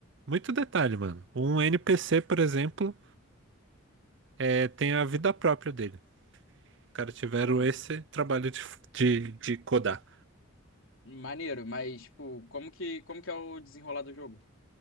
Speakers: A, on the right; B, on the left.
A: Muito detalhe, mano. Um NPC, por exemplo, é, tem a vida própria dele. Os caras tiveram
B: Pô,
A: esse trabalho de, de, de codar.
B: maneiro, mas, tipo, como que, como que é o desenrolar do jogo?